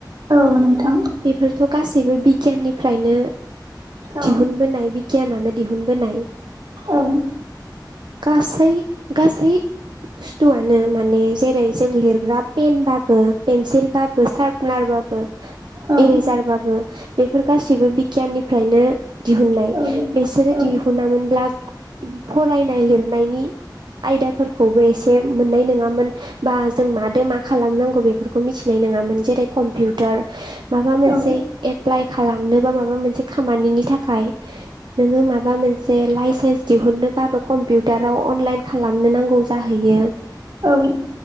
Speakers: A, on the right; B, on the right.
A: औ नोंथां
B: बेफोरथ' गासैबो बिगियाननिफ्रायनो
A: औ
B: दिहुनबोनाय बि गियानानो दिहुनबोनाय
A: औ
B: गासै - गासै बुस्थुआनो माने जेरै जों लिरग्रा पेन बाबो पेन्सिल बाबो सार्पनार बा बो
A: औ
B: इरेजारबाबो बेफोर गासिबो बिगियाननिफ्रायनो दिहुननाय
A: औ
B: बेसोरो
A: औ
B: दि हुुनामोनब्ला <unintelligible> फरायनाय लिरनायनि आयदाफोर खौबो एसे मोननाय नङामोन बा जों मादो मा खालामनांगौ बेफोरखौ मिथिनाय नङामोन जेरै कम्पिउटार माबा मोनसे
A: औ औ
B: एप्लाइ खालामनो बा माबा मोनसे खामानिनि थाखाय नोङो माबा मोनसे लाइसेन्स दिहुननोबाबो कम्पिउटाराव अनलाइन खालामनो नांगौ जाहैयो
A: औ